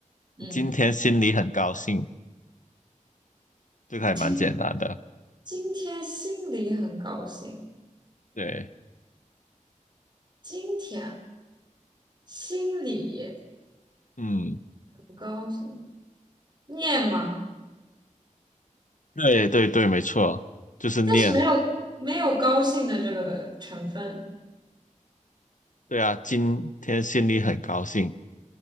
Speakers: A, on the right (about 35°); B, on the left (about 70°).
A: 嗯，
B: 今天心里很高兴，这个还蛮简单的。
A: 今今天心里很高兴，
B: 对，
A: 今天心里
B: 嗯，
A: 很高兴。念吗？
B: 对对对，没错，就是念。
A: 但是没有没有高兴的这个成分，
B: 对啊，今天心里很高兴，